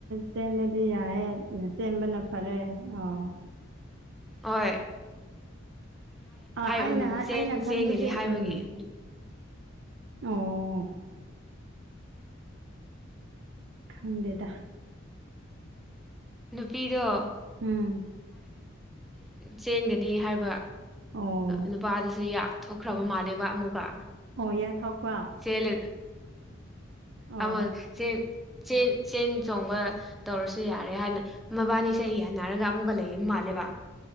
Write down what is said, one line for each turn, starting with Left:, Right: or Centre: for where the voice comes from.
Right: ꯆꯦꯟꯟꯅꯗꯤ ꯌꯥꯏꯑꯦ ꯆꯦꯟꯕꯅ ꯐꯔꯦ ꯑꯣ
Centre: ꯍꯣꯏ
Right: ꯑꯩꯅ
Centre: ꯎꯝ ꯆꯦꯟꯒꯅꯤ
Right: ꯑꯩꯅ ꯈꯟꯕꯗꯤ
Centre: ꯍꯥꯏꯕꯒꯤ
Right: ꯎꯝ ꯑꯣ ꯈꯪꯗꯦꯗ
Centre: ꯅꯨꯄꯤꯗꯣ
Right: ꯎꯝ
Centre: ꯆꯦꯟꯒꯅꯤ ꯍꯥꯏꯕ
Right: ꯑꯣ
Centre: ꯅꯨꯄꯥꯗꯨꯁꯨ ꯊꯣꯛꯈ꯭ꯔꯕ ꯃꯥꯜꯂꯦꯕ ꯑꯃꯨꯒ
Right: ꯑꯣ ꯌꯥ ꯊꯛꯄ
Centre: ꯁꯦꯂ
Right: ꯑꯣ
Centre: ꯑꯦ <inaudible> ꯆꯦꯟ ꯆꯦꯟ ꯆꯣꯡꯕ ꯇꯧꯔꯁꯨ ꯌꯥꯔꯦ ꯍꯥꯏꯅ ꯃꯕꯥꯅꯤ ꯆꯍꯤ ꯍꯥꯏꯅ ꯍꯥꯏꯔꯒ ꯑꯃꯨꯛꯀ ꯂꯩ ꯃꯥꯜꯂꯦꯕ